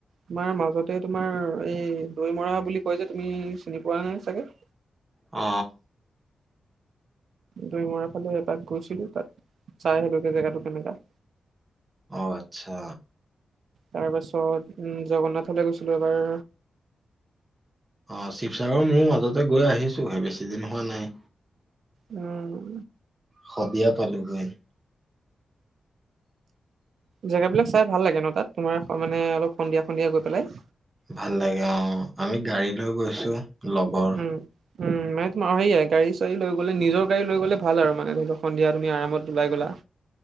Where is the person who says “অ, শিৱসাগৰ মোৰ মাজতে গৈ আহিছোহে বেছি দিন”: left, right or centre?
Right